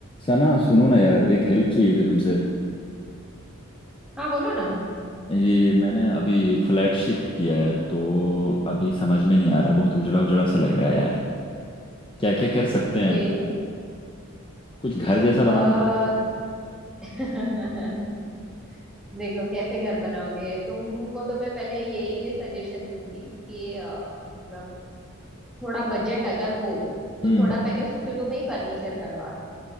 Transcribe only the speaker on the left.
सना सुनो ना यार एक हेल्प चाहिए थी तुमसे
ये मैंने अभी फ्लैट शिफ्ट किया है तो अभी समझ में नहीं आ रहा बहुत उजड़ा उजड़ा सा लग रहा है यार क्या क्या कर सकते
हैं कुछ घर जैसा
बना दो ना
हम्म